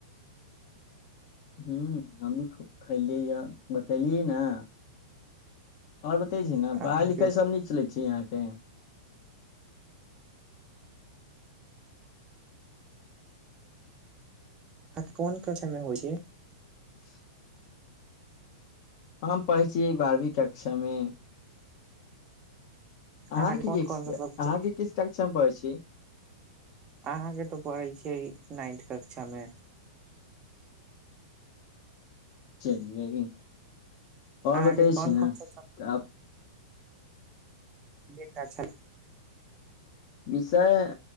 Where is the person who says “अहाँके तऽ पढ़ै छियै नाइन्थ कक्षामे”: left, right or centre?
Right